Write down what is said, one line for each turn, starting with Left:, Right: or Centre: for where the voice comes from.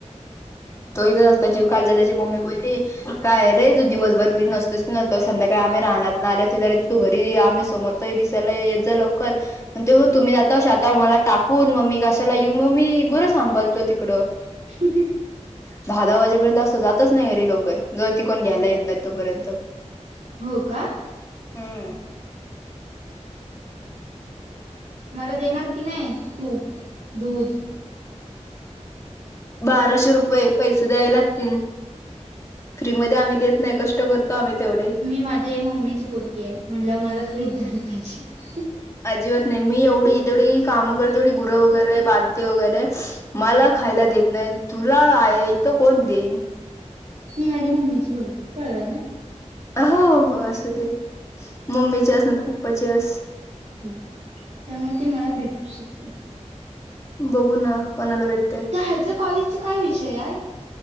Left: तो इथच असतो, त्याची काल त्याची मम्मी बोलली काय रे तू दिवसभर घरी नसतोस ना तर, संध्याकाळी आम्ही रानातन आल्यावरती तरी तू घरी ये आमच्या समोर त दिसायला येत जा लवकर म्हणतोय हो तुम्ही जाताव शेताव मला टाकून, म मी कशाला येऊ, म मी गुरं सांभालतो तिकडं.
Right: <unintelligible>
Left: दहा-दहा वाजेपर्यंत असतो, जातच नाही घरीे लवकर जोवर ती कोण घ्यायला येत नाही तोपर्यंत.
Right: हो का?
Left: हम्म
Right: मला देणार की नाय? तूप, दूध.
Left: बाराशे रुपये पैसे द्यावे लागतील, फ्री मधे आम्ही देत नाही कष् ट करतो आम्ही तेवढे.
Right: मी माझे मम्मीची पोडगी आहे, म्हणलं मला फ्री च द्यायला पाहिजे.
Left: अजिबात नाही, मी एवढी जेवढी कामं करते तेवढी गुरं वगैरे बांधते वगैरे मला खायला देत नाहीत. तुला आयत कोण देईन.
Right: सून आली. मम्मीची करती कळलं ना.
Left: हो हो असू दे. मम्मीचे असू दे नाहीतर पप्पाची आहेस.
Right: ह त्यामुळे ते मला भेटूच शकते.
Left: बघू ना. कोणाला भेट
Right: त्या ह्याच कॉलेजचा काय विषय हाय.